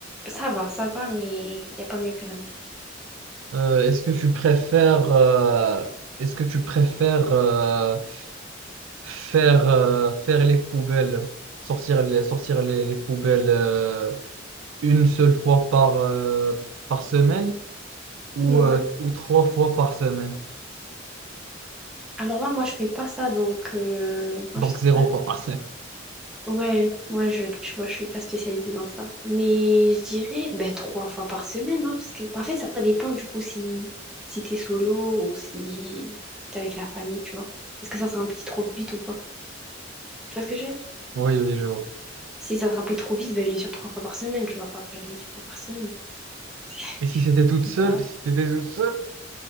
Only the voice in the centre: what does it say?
ça va, ça va, mais il n'y a pas mieux que la mer.
Ouais.
Alors là, moi je fais pas ça, donc euh, moi
je sors
pas.
ouais, moi je, tu vois, je suis pas spécialisée dans ça. Mais je dirais ben trois fois par semaine, hein, parce que en fait ça, ça dépend du coup si si t'es solo ou si t'es avec la famille, tu vois. Est-ce que ça se remplit trop vite ou pas? Tu vois ce que je veux dire?
Si ça se remplit trop vite, ben bien sûr trois fois par semaine, tu vas pas faire une fois par semaine. <laughs>
C'est
pas.